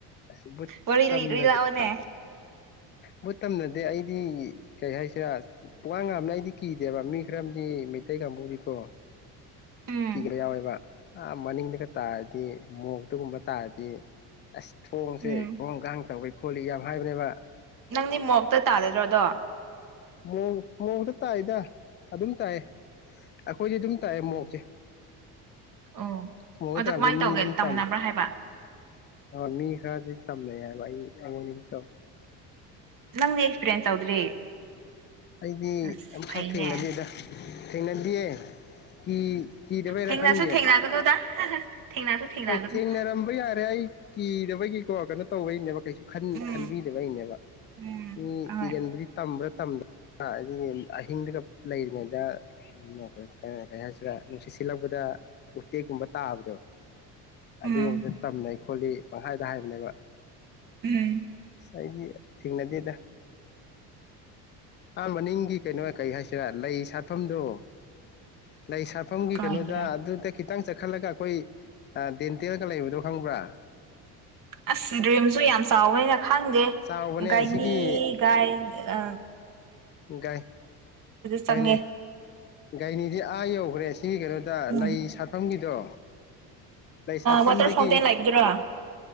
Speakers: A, on the left (about 25°); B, on the right (about 45°).
A: ꯑꯁꯤ ꯕꯨꯠ
B: ꯋꯥꯔꯤ
A: ꯇꯝꯅꯗꯦ
B: ꯂꯤ ꯂꯤꯔꯛꯑꯣꯅꯦ
A: ꯕ ꯕꯨꯠ ꯇꯝꯅꯗꯦ ꯑꯩ ꯗꯤ ꯀꯩ ꯍꯥꯏꯁꯤꯔ ꯆꯤꯥ ꯄꯨꯉꯥꯟ ꯉꯥꯟꯃꯤꯅ ꯑꯩꯗꯤ ꯀꯤꯗꯦꯕ ꯃꯤ ꯈꯔꯝꯗꯤ ꯃꯩꯇꯩ ꯀꯥꯡꯕꯨꯗꯤꯀꯣ
B: ꯎꯝ
A: ꯀꯤꯕ ꯌꯥꯎꯔꯦꯕ ꯑ ꯃꯅꯤꯡꯗꯒ ꯇꯥꯔꯗꯤ ꯃꯣꯛꯇ ꯒꯨꯝꯕ ꯇꯥꯔꯗꯤ ꯑꯁ ꯊꯣꯡꯁꯦ
B: ꯎꯝ
A: ꯒꯣꯡ ꯒꯥꯡ ꯇꯧꯋꯦ ꯈꯣꯂꯤ ꯌꯥꯝ ꯍꯥꯏꯕꯅꯦꯕ
B: ꯅꯪꯗꯤ ꯃꯣꯛꯇ ꯇꯥꯔꯗ꯭ꯔꯣ ꯗꯣ
A: ꯃ ꯃꯨꯗ <inaudible> ꯇꯥꯏ ꯇ ꯑꯗꯨꯝ ꯇꯥꯏꯑꯦ ꯑꯩꯈꯣꯏꯗꯤ ꯑꯗꯨꯝ ꯇꯥꯏꯑꯦ ꯃꯣꯔꯣꯛꯇꯤ
B: ꯑꯣ
A: ꯃ
B: ꯑꯗꯣ
A: ꯇꯥꯔꯗꯤ
B: ꯀꯃꯥꯏꯅ
A: ꯃꯤ
B: ꯇꯧꯒꯦ
A: ꯑꯗꯨꯝ
B: ꯇꯝꯅꯕ꯭ꯔꯥ
A: ꯇꯝꯃꯦ
B: ꯍꯥꯏꯕ
A: ꯑ ꯃꯤ ꯈꯔꯗꯤ ꯇꯝꯅ ꯌꯥꯔ <inaudible> ꯅꯤ ꯇꯕꯗ <inaudible>
B: ꯅꯪꯗꯤ ꯑꯦꯛꯁꯄꯤꯔꯤꯌꯦꯟꯁ ꯇꯧꯗ꯭ꯔꯤ
A: ꯑꯩꯗꯤ
B: ꯑꯁ
A: ꯑꯃꯨꯛꯐꯥꯎ
B: ꯐꯩꯅꯦ
A: ꯊꯦꯡꯅꯗꯦꯗꯥ ꯊꯦꯡꯅꯗꯦꯌꯦ ꯀꯤ ꯀꯤꯗꯕꯩꯔꯥ
B: ꯊꯦꯡꯅꯁꯨ
A: ꯈꯪꯒꯦ
B: ꯊꯦꯡꯅꯒꯅꯨꯗ ꯊꯦꯡꯅꯁꯨ ꯊꯦꯡꯅꯒꯅꯨ
A: ꯍꯣꯏ ꯊꯦꯡꯅꯔꯝꯕ ꯌꯥꯔꯦ ꯑꯩ ꯀꯤꯗꯕꯒꯤꯀꯣ ꯀꯩꯅꯣ ꯇꯧꯕꯩꯅꯦꯕ
B: ꯎꯝ
A: ꯈꯟꯕꯤꯗꯕꯩꯅꯦꯕ
B: ꯎꯝ
A: ꯃꯤ
B: ꯍꯣꯏ
A: ꯀꯤꯒꯟꯕꯗꯤ ꯇꯥꯝꯕꯔꯥ ꯇꯥꯝꯗꯕ꯭ꯔꯥ ꯑꯗꯨꯗꯤ ꯑꯍꯤꯡꯗꯨꯒ ꯂꯩꯔꯤꯉꯩꯗꯩ ꯍꯥꯏꯁꯤꯔꯥ ꯅꯨꯡꯁꯤꯠ ꯁꯤꯜꯂꯛꯄꯗ ꯎꯇꯦꯛꯀꯨꯝꯕ ꯇꯥꯕꯗꯣ
B: ꯎꯝ
A: ꯑꯗꯨꯗꯤ ꯍꯧ ꯇꯝ ꯍꯣꯂꯤ ꯄꯪꯈꯥꯏꯗ ꯍꯥꯏꯕꯅꯦꯕ
B: ꯎꯝ
A: ꯉꯁꯥꯏ ꯑꯩꯗꯤ ꯊꯦꯡꯅꯗꯦꯗ ꯑ ꯃꯅꯤꯡꯒꯤ ꯀꯩꯅꯣ ꯀꯩ ꯍꯥꯏꯁꯤꯔ ꯂꯩ ꯁꯥꯠꯐꯝꯗꯨꯣ ꯂꯩ ꯁꯥꯐꯝꯒꯤ
B: ꯀꯥꯏꯗꯔ
A: ꯀꯩꯅꯣꯗ ꯑꯗꯨꯗ ꯈꯤꯇꯪ ꯆꯠꯈꯠꯂꯒ ꯑꯩꯈꯣꯏ ꯗꯦꯟꯇꯦꯜꯒ ꯂꯩꯕꯗꯣ ꯈꯪꯕ꯭ꯔꯥ
B: ꯑꯁ ꯗ꯭ꯔꯤꯝꯁꯨ ꯌꯥꯝ ꯆꯥꯎꯕ ꯈꯥꯡꯗꯦ
A: ꯆꯥꯎꯕꯅꯦ
B: ꯒꯥꯏꯅꯤ
A: ꯁꯤꯒꯤ
B: ꯒꯥꯏ ꯑ
A: ꯒꯥꯏ
B: ꯆꯪꯉꯦ
A: ꯍꯣꯏꯅꯦ ꯒꯥꯏꯅꯤꯗꯤ ꯑꯥ ꯌꯧꯈ꯭ꯔꯦ ꯁꯤꯒꯤ ꯀꯩꯅꯣꯗ
B: ꯎꯝ
A: ꯂꯩ ꯁꯥꯠꯐꯝꯒꯤꯗꯣ ꯂꯩ ꯁꯥꯠꯐꯝꯗꯒꯤ
B: ꯋꯥꯇꯔ ꯐꯥꯎꯟꯇꯦꯟ ꯂꯩꯕꯗꯨꯔꯣ